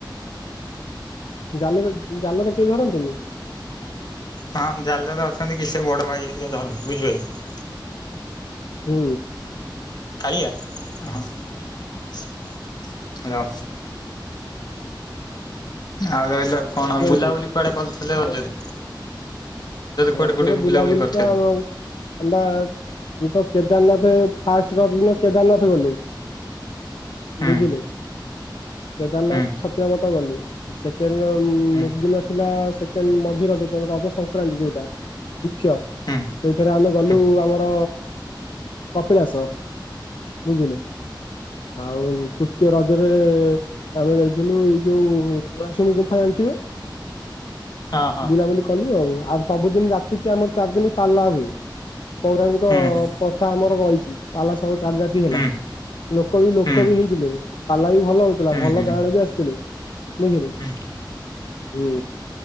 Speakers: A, on the left; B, on the left.
A: ଜାଲରେ ଜାଲରେ କେହି ଧରନ୍ତିନି?
B: ହଁ ଜାଲରେ ଅଛନ୍ତି କି ସେ ବଡ ଭାଇ ହେରିକା ଧରନ୍ତି ବୁଝିଲ କି?
A: ହୁଁ।
B: କାଳିଆ ହ ହ୍ୟାଲୋ ଆଉ ରହିଲ କଣ
A: କୁହନ୍ତୁ।
B: ବୁଲାବୁଲି କୁଆଡେ କରିଥିଲେ ରଜରେ?
A: ରଜରେ
B: କୁଆଡେ କୁଆଡେ
A: ବୁଲାବୁଲି
B: କରିଥିଲେ?
A: ତ ଆଉ ଆଉ ବା ମୁଁ ତ କେଦାରନାଥ ଫାଷ୍ଟ ଏ ଫାଷ୍ଟ ରଜ ଦିନ କେଦାରନାଥ ଗଲୁ।
B: ହୁଁ
A: ବୁଝିଲେ? କେଦାରନାଥ
B: ହୁଁ
A: ଛତିଆ ବଟ ଗଲୁ ସେକେଣ୍ଡ
B: ହୁଁ
A: ଦିନ ଥିଲା ସେକେଣ୍ଡ ମଝି ରଜ ରଜ ସଂକ୍ରାନ୍ତି ଯୋଉ ଟା ମୁଖ୍ୟ
B: ହୁଁ
A: ସେଇଥିରେ ଆମେ ଗଲୁ
B: ହୁଁ
A: ଆମର କପିଳାସ ବୁଝିଲେ? ଆଉ ତୃତୀୟ ରଜରେ ଆମେ ଯାଇଥିଲୁ ଏଇ ଯୋଉ ଉଳାଶୁଣି ଗୁମ୍ଫା ଯାଣିଥିବେ?
B: ହଁ ହଁ
A: ବୁଲାବୁଲି କଲୁ ଆଉ ଆଉ ସବୁଦିନ ରାତିକି ଆମର ଚାରି ଦିନ ପାଲା ହୁଏ। ପୌରାଣିକ
B: ହଁ ହୁଁ
A: ପ୍ରଥା ଆମର ରହିଛି। ପାଲା ସହ ଚାରି ରାତି ହେଲା।
B: ହୁଁ
A: ଲୋକ ବି ଲୋକ
B: ହୁଁ
A: ବି ହେଇଥିଲେ ପାଲା ବି ଭଲ ହଉଥିଲା
B: ହୁଁ
A: ଭଲ
B: ହୁଁ ହୁଁ
A: ଗାଁଣ ବି ଆସିଥିଲେ। ବୁଝିଲେ
B: ହୁଁ
A: ହୁଁ